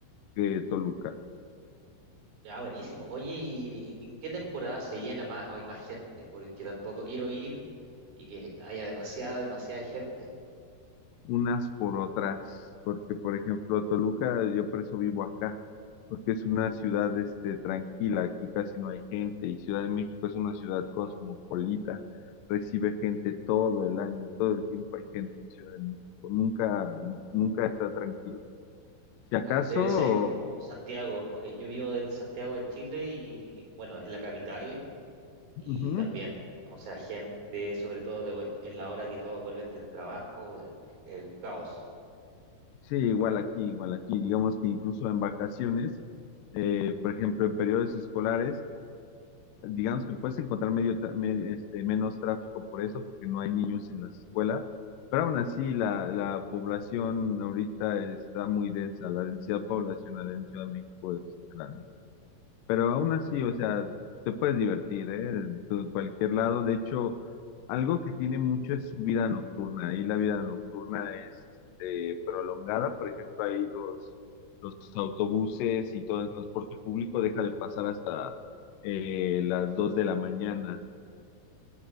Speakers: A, on the left; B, on the right.
A: que Toluca.
B: Ya, buenísimo. Oye, ¿y en qué temporada se llena más o hay más gente? Porque tampoco quiero ir y que haya demasiada, demasiada gente.
A: unas por otras, porque por ejemplo Toluca, yo por eso vivo acá, porque es una ciudad este, tranquila, aquí casi no hay gente, y Ciudad de México es una ciudad cosmopolita, recibe gente todo el año, todo el tiempo hay gente en Ciudad de México, nunca, nunca está tranquilo. Si acaso,
B: Ah, Debe ser como Santiago, porque yo vivo en Santiago de Chile y, bueno, es la capital y
A: ujú,
B: también, o sea, gente, sobre todo de vuel- en la hora que todos vuelven del trabajo, eh, es un caos.
A: sí, igual aquí, igual aquí, digamos que incluso en vacaciones, eh, por ejemplo, en periodos escolares, digamos que puedes encontrar medio, me- este, menos tráfico por eso, porque no hay niños en las escuelas, pero aún así la, la población ahorita está muy densa, la densidad poblacional en Ciudad de México es grande. Pero
B: Bueno,
A: aún así, o sea, te puedes divertir, ¿eh? En cualquier lado. De hecho, algo que tiene mucho es su vida nocturna. Y la vida nocturna es este, prolongada. Por ejemplo, ahí los, los autobuses y todo el transporte público deja de pasar hasta eh, las 2 de la mañana.